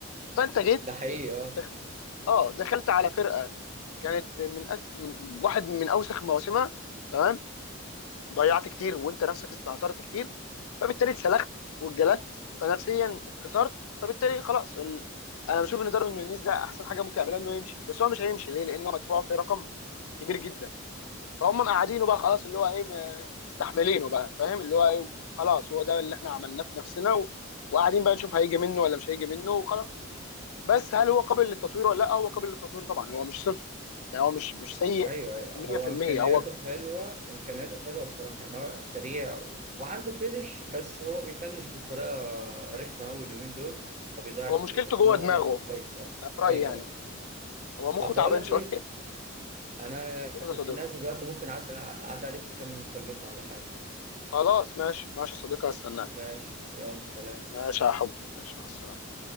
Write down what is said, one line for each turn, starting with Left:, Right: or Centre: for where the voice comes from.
Left: فانت جيت
Right: ده حقيقي اه
Left: دخ... اه دخلت على فرقه كانت في من أس... م- واحد من اوسخ مواسمها تمام ضيعت كتير وانت نفسك استهترت كتير فبالتالي اتسلخت واتجلدت فنفسيا اتكسرت فبالتالي خلاص ال... انا بشوف ان داروين نونيز ده احسن حاجه ممكن يعملها انه يمشي بس هو مش هيمشي ليه لانه مدفوع في رقم كبير جدا فهم مقعدينه بقى خلاص اللي هو ايه م- مستحملينه بقى فاهم اللي هو ايه خلاص هو ده اللي احنا عملناه في نفسنا و... وقاعدين بقى نشوف هيجي منه ولا مش هيجي منه وخلاص بس هل هو قابل للتطوير ولا لا هو قابل للتطوير طبعا هو مش صفر يعني هو مش مش سيء
Right: ايوه ايوه
Left: 100%
Right: هو امكانياته
Left: هو
Right: حلوه امكانياته حلوه الصراحه يعني هو سريع و... وعنده فينش بس هو بيفنش بطريقه رخمه قوي اليومين دول فبيضيع
Left: هو مشكلته
Right: كتير لكن
Left: جوه
Right: هو
Left: دماغه
Right: كويس اه
Left: في رأيي
Right: ايوه
Left: يعني
Right: آه.
Left: هو مخه
Right: طب
Left: تعبان
Right: بقول لك
Left: شويه
Right: ايه
Left: <laughs>
Right: انا
Left: قول يا
Right: كنت
Left: صديقي
Right: نازل دلوقتي ممكن اعدي اعدي عليك تكمل مكالمتنا ولا حاجه
Left: خلاص ماشي ماشي يا صديقي هستناك
Right: ماشي يلا سلام
Left: ماشي يا حبي ماشي مع السلامه